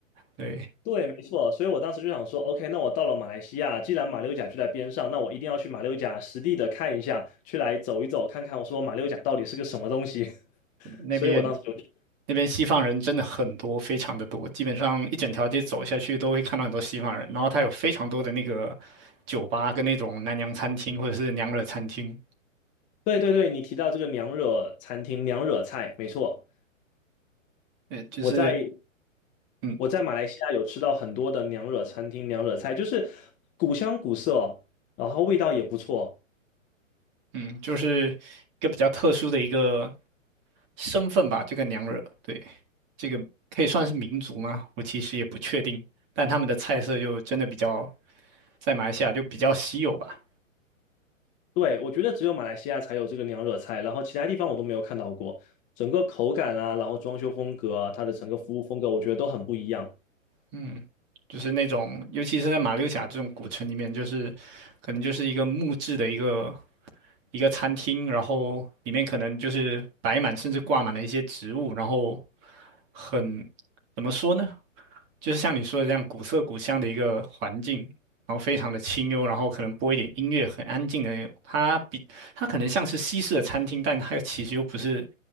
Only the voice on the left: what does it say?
对，没错，所以我当时就想说，OK，那我到了马来西亚，既然马六甲就在边上，那我一定要去马六甲实地的看一下，去来走一走，看看我说马六甲到底是个什么东西。<laughs>
所以我当时就去，
对对对，你提到这个娘惹餐厅、娘惹菜，没错，
我在
我在马来西亚有吃到很多的娘惹餐厅、娘惹菜，就是古香古色，然后味道也不错。
对，我觉得只有马来西亚才有这个娘惹菜，然后其他地方我都没有看到过。整个口感啊，然后装修风格啊它的整个服务风格，我觉得都很不一样。